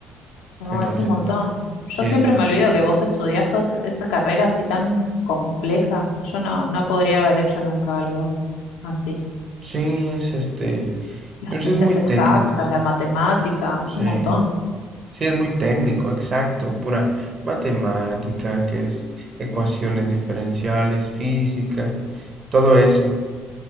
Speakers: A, on the left; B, on the right.
A: No,
B: Entonces,
A: es un montón. Yo
B: sí,
A: siempre
B: sí.
A: me
B: sí.
A: olvido que vos estudiaste as- esa carrera así tan compleja. Yo no, no podría haber hecho nunca algo así.
B: Sí, es este,
A: Las
B: pues
A: ciencias
B: es muy
A: exactas,
B: técnicas,
A: la matemática,
B: sí,
A: es un montón.
B: sí es muy técnico, exacto, pura matemática, que es ecuaciones diferenciales, física, todo eso.